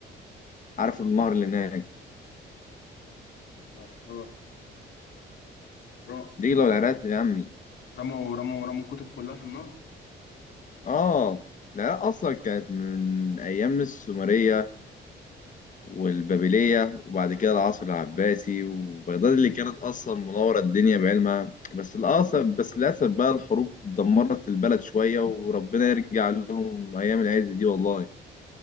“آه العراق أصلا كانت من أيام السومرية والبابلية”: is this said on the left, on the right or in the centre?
Left